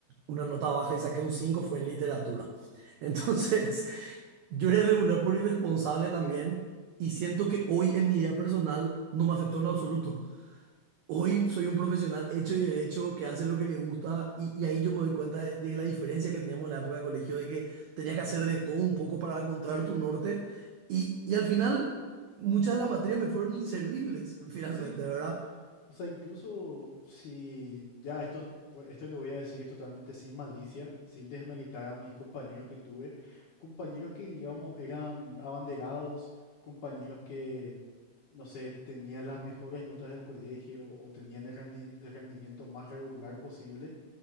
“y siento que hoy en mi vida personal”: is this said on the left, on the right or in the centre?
Right